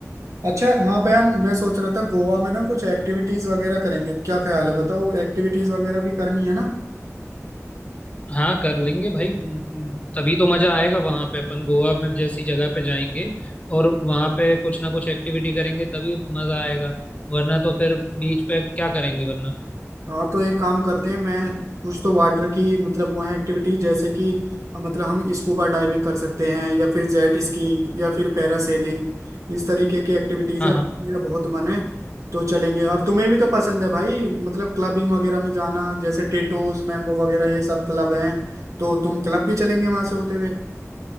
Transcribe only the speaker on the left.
हाँ कर लेंगे भाई तभी तो मजा आएगा वहां पे अपन गोवा में जैसी जगह पे जाएंगे और वहां पे कुछ ना कुछ एक्टिविटी करेंगे तभी मजा आएगा वरना तो फिर बीच पे क्या करेंगे वरना
हाँ
हाँ